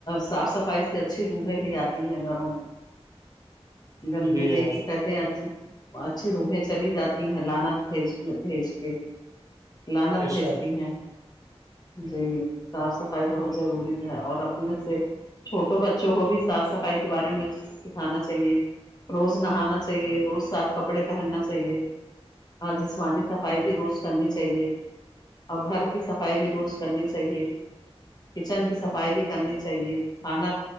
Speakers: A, on the left (about 40°); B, on the right (about 35°).
A: صاف صفائی سے اچھی روحیں بھی آتی ہیں گھروں میں گندگی
B: جی
A: دیکھ
B: ہاں
A: کے کہتے ہیں اچھی اچھی روحیں چلی جاتی ہیں لانت بھی بھیس کے لانت
B: بے شک
A: بھیجتی ہیں جی صاف صفائی بہت ضروری ہے اور اپنے سے چھوٹوں بچوں کو بھی صاف صفائی کے بارے میں سکھانا چاہیے روز نہانا چاہیے روز صاف کپڑے پہننا چاہیے ہاں جسمانی صفائی بھی روز کرنی چاہیے اور گھر کی صفائی بھی روز کرنی چاہیے کچن کی صفائی بھی کرنی چاہیے کھانا